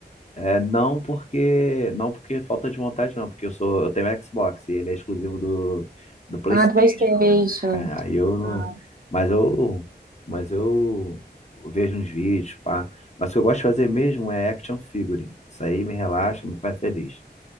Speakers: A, on the left; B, on the right.
A: É, é, não porque não porque falta de vontade, não, porque eu sou eu tenho Xbox e ele é exclusivo do, do PlayStation,
B: Ah, PlayStation.
A: né? É, Aí eu não,
B: Ah,
A: mas eu mas eu vejo uns vídeos, pá. Mas o que eu gosto de fazer mesmo é action figure. Isso aí me relaxa, me faz feliz.